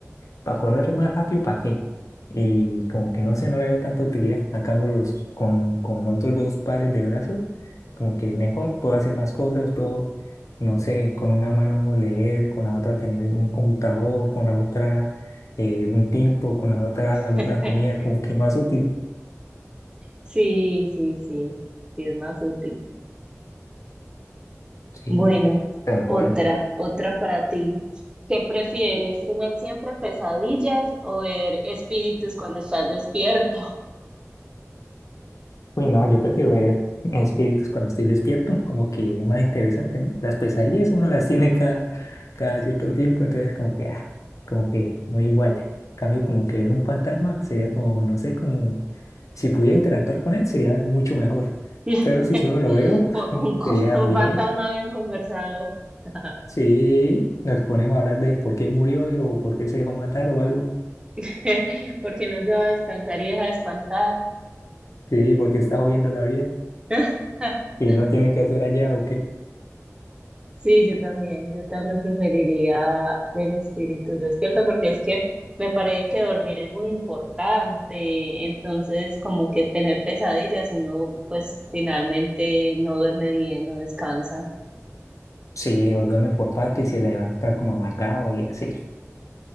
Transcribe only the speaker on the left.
¿para correr más rápido, para qué? Y como que no sé, no le veo tanta utilidad. A cambio, los, con, con otros dos pares de brazos, como que mejor, puedo hacer más cosas, puedo, no sé, con una mano leer, con la otra tener un computador, con la otra eh, un tiempo, con la otra alguna
comida, como que más útil.
Sí,
tal
cual.
Uy, no, yo prefiero ver espíritus cuando estoy despierto, como que es más interesante, ¿no? Las pesadillas uno las tiene cada, cada cierto tiempo, entonces como que, ah, como que muy igual. En cambio, como que ver un fantasma sería como, no sé, como si pudiera interactuar con él sería mucho mejor.
Pero si solo lo veo,
<laughs>
sería
bien.
Sí, nos ponemos a hablar de por qué murió y- o por qué se dejó matar o algo.
Sí, porque está jodiendo la vida
y no tiene que hacer allá o qué.
Sí, o duerme por parte y se levanta como amargado y así.